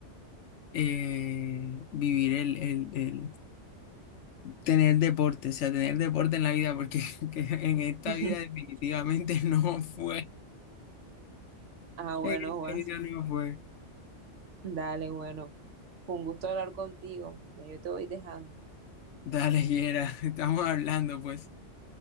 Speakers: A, on the left (about 75°); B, on the right (about 75°).
A: eh, vivir el, el, el- tener deporte, o sea, tener deporte en la vida, porque <laughs> que en esta
B: <laughs>
A: vida definitivamente <laughs> no fue.
B: Ah, bueno,
A: En esta
B: Juan.
A: vida no fue.
B: Dale, bueno. Fue un gusto hablar contigo. Ya yo te voy dejando.
A: Dale, Yera, <laughs> estamos hablando, pues.